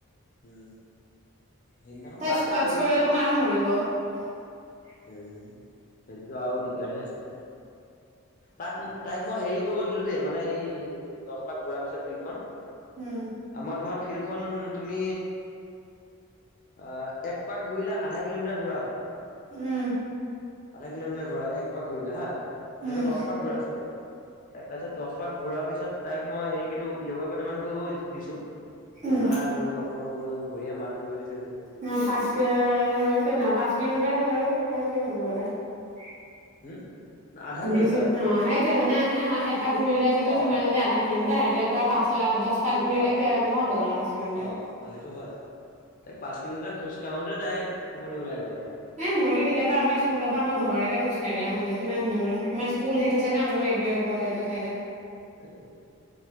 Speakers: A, on the left; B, on the right.
A: উম সেইদিনাখন
B: তাই
A: বাদ
B: স্কোৱাচ
A: দিয়া না এই
B: কৰিলে দেখোন আৰু মৰিব <unintelligible>
A: হেই সেইটো আৰু দিগদাৰহে আছে তাক তাইক মই হেৰি কৰিব দিলো দেই মানে এই দছ পাক ঘূৰাৰ পিছত ফিল্ডখন
B: উম
A: আমাৰ তোমাৰ ফিল্ডখন তুমি আ এক পাক ঘুৰিলে আধা কিলোমিটাৰ ঘুৰা হয়
B: উম,
A: আধা কিলোমিটাৰ ঘুৰা এক পাক ঘুৰিলে হা তেনেকে
B: উম,
A: দহ পাক ঘূৰাইছো তাইক তাৰ পিছত দহ পাক ঘূৰাৰ পিছত তাইক মই হেৰি <unintelligible> য়োগা কেইটামান কৰিব। দিছো
B: উম।
A: নাই বোলো নকৰো বোলো মোৰ ভৰিয়ে মাত লৈ লৈছে বোলো।
B: অ পাঁচ কিয় ন পাঁচ কিলোমিটাৰ হল আৰু <unintelligible>
A: হম আধা
B: তুমি
A: কিলোমিটাৰ
B: যে অ' সেইটোৱে মানে আহ এপাক ঘূৰিলে যদি
A: অ
B: তোমাৰ যদি আধা কিলোমিটাৰ <unintelligible>
A: অ'
B: নহ'ব জানো পাঁচ কিলোমিটাৰ
A: অ' অ' সেইটো হয় তাইক পাঁচ কিলোমিটাৰ খোজ কাঢ়োতে তাই ফুপনি ওলাই গ'ল আৰু
B: হে মইতো কেতিয়াবা আমাৰ স্কুলৰ পৰা আমাৰ ঘৰলৈকে খোজ কাঢ়ি আহোগৈ কিমান দূৰ আমাৰ স্কুল সেইটো চাইদে <unintelligible> ঘৰ এইটো চাইদে
A: সেইটোৱে,